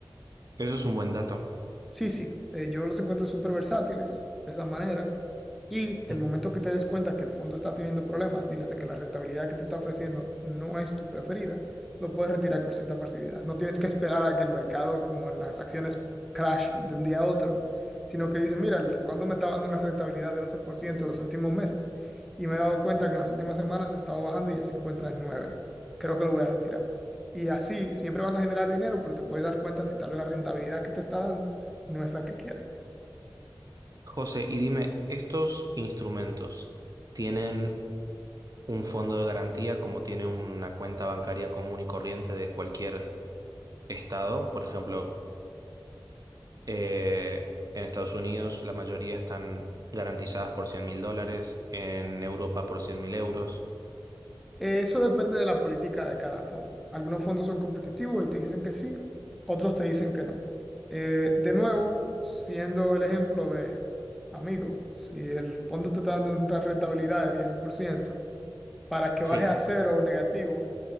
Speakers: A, on the right; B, in the centre.
A: Eso es un buen dato.
B: Sí, sí, eh, yo los encuentro súper versátiles de esa manera y
A: Ujú.
B: el momento que te des cuenta que el fondo está teniendo problemas, dígase que la rentabilidad que te está ofreciendo no es tu preferida, lo puedes retirar con cierta facilidad. No tienes que esperar a que el mercado, como en las acciones, crash de un día a otro, sino que dices, mira, el fondo me está dando una rentabilidad de 11% los últimos meses y me he dado cuenta que en las últimas semanas ha estado bajando y ya se encuentra en 9. Creo que lo voy a retirar. Y así siempre vas a generar dinero, pero te puedes dar cuenta si tal vez la rentabilidad que te está dando no es la que quieres.
A: José, y dime, ¿estos instrumentos tienen un fondo de garantía como tiene una cuenta bancaria común y corriente de cualquier estado. Por ejemplo, eh, en Estados Unidos la mayoría están garantizadas por cien mil dólares, en Europa por 100 mil euros.
B: Eh, Eso depende de la política de cada fondo. Algunos fondos son competitivos y te dicen que sí, otros te dicen que no. Eh, de nuevo, siendo el ejemplo de, amigo, si el fondo te está dando una rentabilidad de diez por ciento para que baje
A: Sí.
B: a cero o negativo,